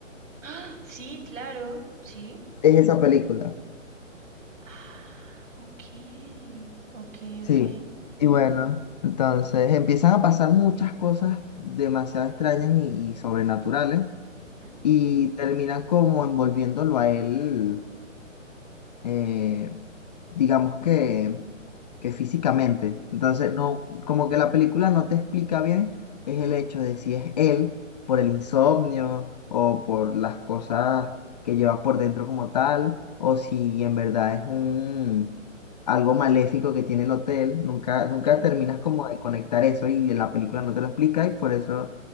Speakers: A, on the right; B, on the left.
A: Ah, sí, claro, sí.
B: Es esa película,
A: Ah, ok, ok,
B: sí.
A: ok.
B: Y bueno, entonces empiezan a pasar muchas cosas demasiado extrañas y y sobrenaturales.
A: Ujú,
B: y terminan como envolviéndolo a él, eh, digamos que, que físicamente. Entonces, no, como que la película no te explica bien es el hecho de si es él por el insomnio o por las cosas que lleva por dentro como tal, o si en verdad es un algo maléfico que tiene el hotel. Nunca, nunca
A: Okay.
B: terminas como de conectar eso y la película no te lo explica y por eso,